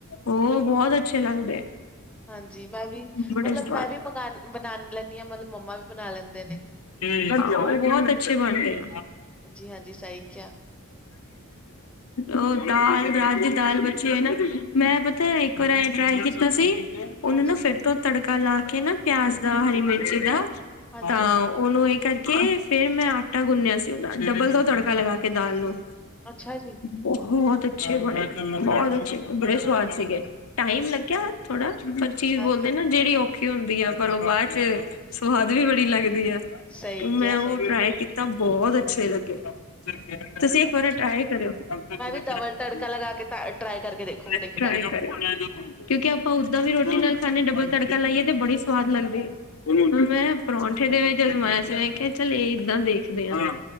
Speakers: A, on the left (about 80°); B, in the centre.
A: ਉਹ ਬਹੁਤ ਅੱਛੇ ਲੱਗਦੇ।
B: ਹਾਂਜੀ। ਮੈਂ ਵੀ
A: ਬੜੇ
B: ਮਤਲਬ
A: ਸਵਾਦ
B: ਮੈਂ ਵੀ ਮੰਗ, ਬਣਾ ਲੈਂਦੀ ਹਾਂ। ਮਤਲਬ ਮੰਮਾ ਵੀ ਬਣਾ ਲੈਂਦੇ ਨੇ
A: ਉਹ ਬਹੁਤ ਅੱਛੇ ਬਣਦੇ।
B: ਹਾਂਜੀ ਹਾਂਜੀ ਸਹੀ ਕਿਹਾ
A: ਉਹ ਦਾਲ ਰਾਤ ਦੀ ਦਾਲ ਬੱਚੇ ਹਨ ਨਾ। ਮੈਂ ਪਤਾ ਕਰ ਟਰਾਈ ਕੀਤਾ ਸੀ। ਉਹਨਾਂ
B: ਹਾਂਜੀ
A: ਨੂੰ ਫਿਰ ਤੋ ਤੜਕਾ ਲਾ ਕੇ ਨਾ ਪਿਆਜ ਦਾ, ਹਰੀ ਮਿਰਚੀ ਦਾ।
B: ਹਾਂਜੀ
A: ਤਾਂ ਉਹਨੂੰ ਇਹ ਕਰਕੇ ਫੇਰ ਮੈਂ ਆਟਾ ਗੁੰਨਿਆ ਸੀ। ਉਹਦਾ ਡਬਲ ਦੋ ਤੜਕਾ ਲਗਾ ਕੇ ਦਾਲ ਨੂੰ
B: ਅੱਛਾ ਜੀ
A: ਬਹੁਤ ਅੱਛੇ, ਬੜੇ ਬਹੁਤ ਅਛੇ, ਬੜੇ ਸੁਵਾਦ ਸੀਗੇ। ਟਾਈਮ ਲੱਗਿਆ। ਥੋੜਾ ਚੀਜ਼
B: ਹਾਂਜੀ
A: ਬੋਲਦੇ ਨਾ ਜਿਹੜੀ ਔਖੀ ਹੁੰਦੀ ਆ ਪਰ ਉਹ ਬਾਅਦ ਚ ਸਵਾਦ ਵੀ ਬੜੀ ਲੱਗਦੀ ਐ।
B: ਸਹੀ
A: ਮੈਂ
B: ਕਿਹਾ
A: ਉਹ
B: ਸਹੀ
A: ਟਰਾਈ
B: ਕਿਹਾ
A: ਕੀਤਾ ਬਹੁਤ ਅੱਛੇ ਲੱਗੇ। ਤੁਸੀਂ ਇੱਕ ਵਾਰ ਟਰਾਏ ਕਰਿਓ? <unintelligible>
B: ਮੈਂ ਵੀ ਡਬਲ ਤੜਕਾ ਲਗਾ ਕੇ ਟਰਾਈ ਕਰਕੇ ਦੇਖੂ ਫਿਰ ਇੱਕ ਟਾਈਮ
A: ਕਿਉਂਕਿ ਆਪਾਂ ਓਦਾਂ ਵੀ ਰੋਟੀ ਨਾਲ ਖਾਂਨੇ ਡਬਲ ਤੜਕਾ ਲਾਈਏ ਤੇ ਬੜੀ ਸਵਾਦ ਲੱਗਦੀ। ਹੁਣ ਮੈਂ ਪਰੌਂਠੇ ਦੇ ਵਿੱਚ ਅਜ ਮਾਇਆ ਸੀ ਮੈਂ ਕਿਹਾ ਚੱਲ ਇਹ ਏਦਾਂ ਦੇਖਦੇ ਆ।